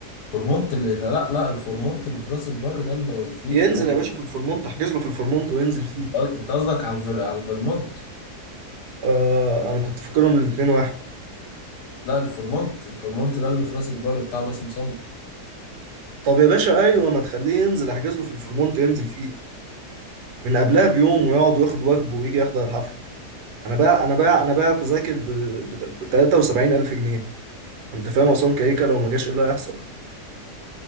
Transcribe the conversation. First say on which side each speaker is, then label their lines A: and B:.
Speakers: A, on the left; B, on the right.
A: الفورمونت اللي لا لا الفورمونت اللي في راس البر ده اللي فيه
B: ينزل
A: ده ده-
B: يا باشا في الفورمونت احجز له في الفورمونت وينزل فيه
A: ده- انت قصدك على الفر... على الفيرمونت
B: آه انا كنت فاكرهم الاتنين واحد
A: لا الفورمونت الفورمونت ده اللي في راس البر بتاع باسم سمرة
B: طب يا باشا ايوه ما تخليه ينزل احجز له في الفورمونت ينزل فيه من قبلها بيوم ويقعد وياخد واجبه ويجي يحضر الحفلة انا باع انا باع انا باع تذاكر ب ب 73 الف جنيه انت فاهم عصام كيكه لو ما جاش ايه اللي هيحصل